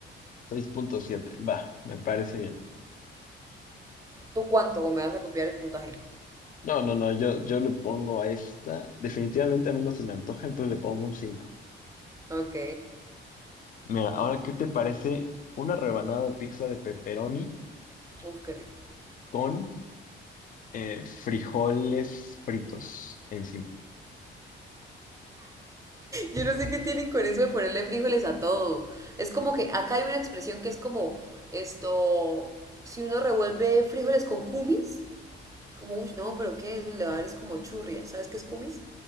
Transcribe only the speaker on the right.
¿Tú cuánto? ¿O me vas a copiar el puntaje?
Ok,
uf, qué rico.
Yo no sé qué tienen con eso de ponerle frijoles a todo. Es como que acá hay una expresión que es como esto, si uno revuelve frijoles con cumis, como, uy, no, pero ¿qué? Eso le va a dar es como churria. ¿Sabes qué es cumis?